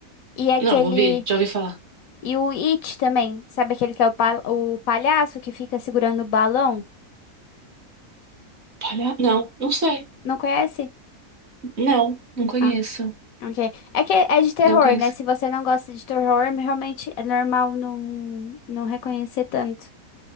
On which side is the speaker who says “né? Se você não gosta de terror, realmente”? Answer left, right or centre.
Left